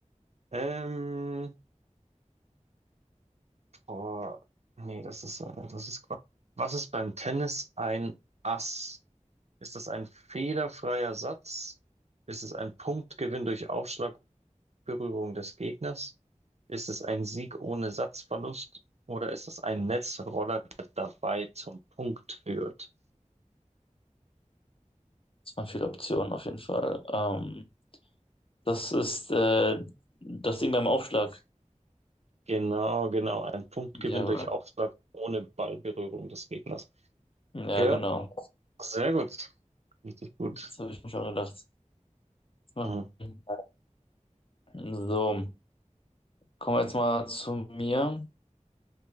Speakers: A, on the right (about 55°); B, on the left (about 45°).
A: ähm, boah, nee, das ist, äh, das ist Quatsch. Was ist beim Tennis ein Ass? Ist das ein fehlerfreier Satz? Ist es ein Punktgewinn durch Aufschlag und Berührung des Gegners? Ist es ein Sieg ohne Satzverlust? Oder ist es ein Netzroller, der dabei zum Punkt führt?
B: Es waren viele Optionen auf jeden Fall. Ähm, das ist äh, das Ding beim Aufschlag.
A: Genau, genau. Ein Punktgewinn
B: Jawohl.
A: durch Aufschlag ohne Ballberührung des Gegners.
B: Ja,
A: Ja,
B: genau.
A: sehr gut. Richtig gut.
B: Das habe ich mir schon gedacht. Das macht
A: Mhm.
B: Sinn. So. Kommen wir jetzt mal zu mir.